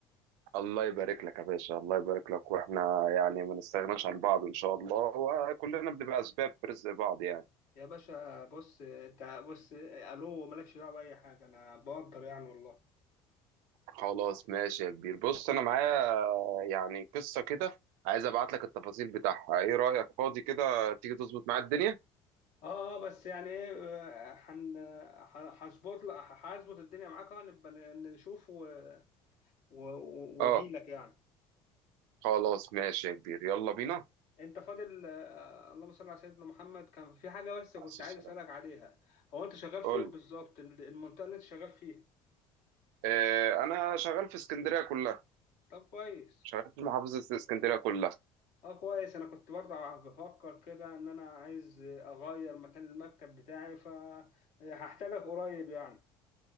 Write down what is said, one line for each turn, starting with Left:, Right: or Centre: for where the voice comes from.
Right: الله يبارك لك يا باشا الله يبارك لك واحنا يعني ما نستغناش عن بعض ان شاء الله وكلنا بنبقى اسباب في رزق بعض يعني
Left: يا باشا بص أنت بص آه، ألو مالكش دعوة بأي حاجة أنا بقدر يعني والله
Right: خلاص ماشي يا كبير بص انا معايا يعني قصة كده عايز ابعت لك التفاصيل بتاعها ايه رأيك فاضي كده تيجي تظبط معايا الدنيا
Left: اه اه بس يعني ايه آه، هن ه- هظبط لك- هظبط الدنيا معاك آه، نبقى نشوف و- و- واجي
Right: اه
Left: لك يعني
Right: خلاص ماشي يا كبير يلا بينا
Left: انت فاضل آه، اللهم صل على سيدنا محمد كان في حاجه بس كنت
Right: على السلامة
Left: عايز اسالك عليها هو انت شغال فين
Right: قول لي.
Left: بالظبط المنطقه اللي انت شغال فيها
Right: آه، انا شغال في اسكندرية كلها
Left: طب كويس
Right: مش عارف محافظة اسكندرية كلها
Left: اه كويس انا كنت برضه ع- بفكر كده ان انا عايز اغير مكان المكتب بتاعي فهحتاجك قريب يعني